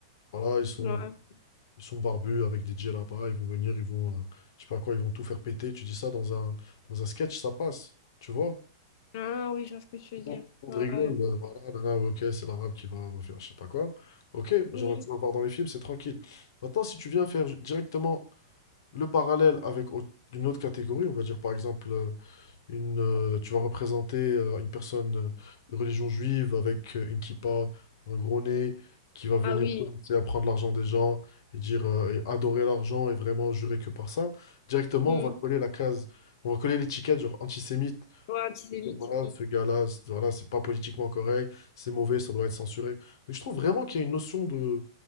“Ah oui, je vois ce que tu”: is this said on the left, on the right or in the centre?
Left